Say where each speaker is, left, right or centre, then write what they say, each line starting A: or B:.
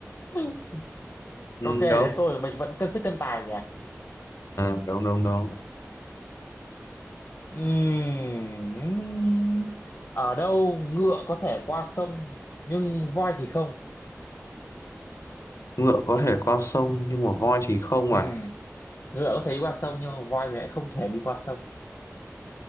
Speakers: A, on the left (about 55°); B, on the left (about 75°).
A: <laughs>
B: ừ,
A: ok đến
B: đúng
A: tôi mình vẫn cân sức cân tài nhỉ
B: Ờ, đúng đúng đúng
A: Ừm, ở đâu ngựa có thể qua sông nhưng voi thì không
B: ngựa có thể qua sông nhưng mà voi thì không
A: Ừm,
B: à
A: ngựa có thể đi qua sông nhưng mà voi thì lại không thể đi qua sông